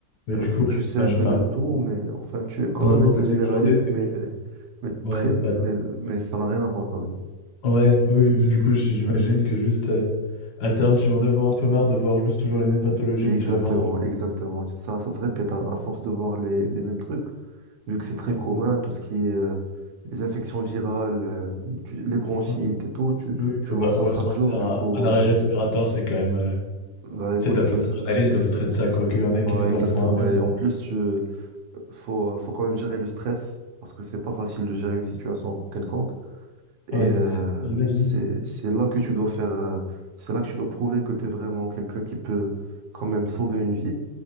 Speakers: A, on the left; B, on the right.
A: mais du
B: euh,
A: coup,
B: tu
A: enfin,
B: sais un
A: je
B: peu
A: enfin,
B: de tout, mais enfin, tu es comme
A: dans,
B: un médecin
A: dans l'idée
B: généraliste,
A: que j'en ai, c'est
B: mais,
A: que...
B: <laughs> mais,
A: Ouais,
B: très,
A: bah,
B: mais, mais ça n'a rien à voir quand même.
A: Ouais, oui, oui, du coup, j- j'imagine que juste euh, à terme, tu vas en avoir un peu marre de voir juste toujours les mêmes pathologies
B: Exactement,
A: que tu vas voir dans le.
B: exactement. C'est Ça, ça se répète à, à force de voir les, les mêmes trucs, vu que c'est très
A: Ouais,
B: commun, tout ce qui est euh, les infections virales, euh, tu- les bronchites
A: ouais.
B: et tout, tu,
A: Oui, oui,
B: tu
A: puis on
B: vois
A: va,
B: ça
A: on va
B: chaque
A: se mentir,
B: jour, du
A: un,
B: coup,
A: un arrêt
B: euh,
A: respiratoire, c'est quand même. euh,
B: bah écoute,
A: tu sais, t'as
B: ça,
A: plus d'adrénaline
B: ça-
A: quand tu traites ça, quoi, qu'il y en a qui
B: bah,
A: viennent voir
B: exactement.
A: pour un rhume.
B: Et en plus, tu, faut, faut quand même gérer le stress, parce que c'est pas facile de gérer une situation quelconque. Et
A: euh. Ouais,
B: euh,
A: j'imagine.
B: c'est, c'est là que tu dois faire, euh, c'est là que tu dois prouver que tu es vraiment quelqu'un qui peut quand même sauver une vie.